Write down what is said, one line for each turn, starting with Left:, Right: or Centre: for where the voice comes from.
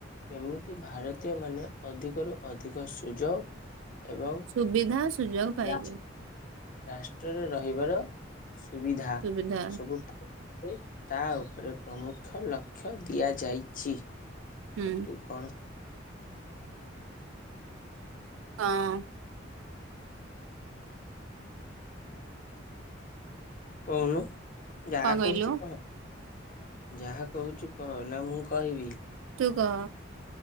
Left: କେମିତି ଭାରତୀୟ ମାନେ ଅଧିକରୁୁ ଅଧିକ ସୁଯୋଗ ଏବଂ
Right: ସୁବିଧା ସୁଯୋଗ ପାଇବେ।
Left: ରାଷ୍ଟ୍ର ରାଷ୍ଟ୍ରରେ ରହିବାର ସୁବିଧା
Right: ସୁବିଧା
Left: ସବୁ ପାଇପାରିବେ, ତା ଉପରେ ପ୍ରମୁଖ ଲକ୍ଷ୍ୟ ଦିଆଯାଇଛି।
Right: ହୁଁ
Left: ତୁ କଣ?
Right: ହଁ ଅଁ
Left: କହୁନୁ ଯାହା
Right: କଣ କହିଲୁ
Left: କହୁଛୁ କହ। ଯାହା କହୁଛୁ କହ। ନା ମୁଁ କହିବି?
Right: ତୁ କହ।